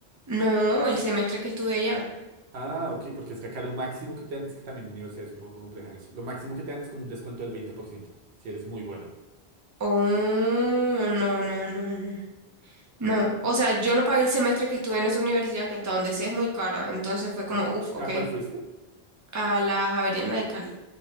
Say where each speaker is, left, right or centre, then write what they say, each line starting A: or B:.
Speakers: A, on the right; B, on the right.
A: No, el semestre que estuve allá.
B: Ah, ok, porque es que acá lo máximo que te dan, es que también mi universidad es un poco compleja en eso. Lo máximo que te dan es como un descuento del 20% si eres muy bueno.
A: Oh, no, no, no, no. No, o sea, yo no pagué el semestre que estuve en esa universidad, que hasta donde sé es muy cara. Entonces fue
B: Ah,
A: como, uff, ok.
B: ¿A cuál fuiste?
A: A la Javeriana de Cali.